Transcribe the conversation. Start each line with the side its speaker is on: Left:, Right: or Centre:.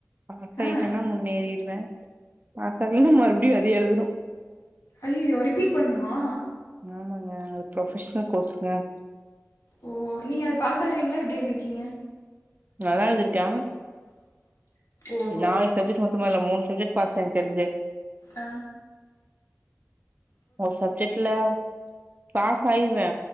Right: பாஸ்
Left: ஆ
Right: ஆயிட்டன்னா முன்னேறிருவே பாஸ் ஆவலென்னா மறுபுடியு அதே எழுதணு
Left: ஐய்யயோ ரிப்பீட் பண்ணுமா
Right: ஆமாங்க அது ப்ரொபெஷனல் கோர்ஸுங்க
Left: ஓ நீங்க அது பாசாருவீங்களா எப்டி எழுதிருக்கீங்க
Right: நல்லா எழுதிருக்கே
Left: ஓஹோ
Right: நாலு சப்ஜெக்ட் மொத்தமால்ல மூணு சப்ஜெக்ட் பாஸ் எனக் தெரிஞ்சு
Left: ஆ
Right: ஒரு சப்ஜெக்ட்ல பாஸ் ஆயிருவே